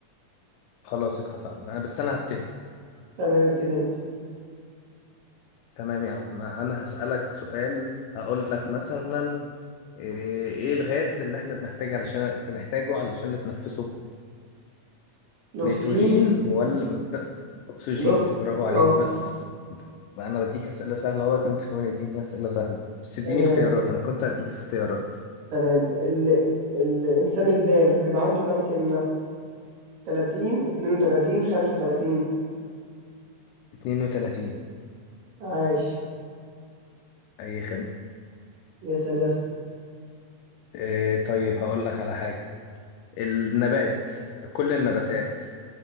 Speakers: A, on the left; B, on the right.
A: خلاص اتفقنا أنا- بس أنا هبتدي
B: تمام ابتدي انت
A: تمام يا عم أنا هسألك سؤال هقول لك مثلا إيه إيه الغاز اللي إحنا بنحتاجه علشان بنحتاجه علشان نتنفسه
B: الاكسجين
A: نيتروجين ولا ب... أكسجين
B: الاكس
A: برافو عليك
B: اه
A: بس بقى أنا بديك أسئلة سهلة أهوت أنت كمان اديني أسئلة سهلة بس اديني
B: تمام
A: اختيارات أنا كنت هديك اختيارات
B: تمام ال... الانسان البالغ بيبقى عنده كام سنه 30 32 35
A: 32
B: عاش
A: أي خدمة
B: يا سلام يا اسطى
A: إيه طيب هقول لك على حاجة النبات كل النباتات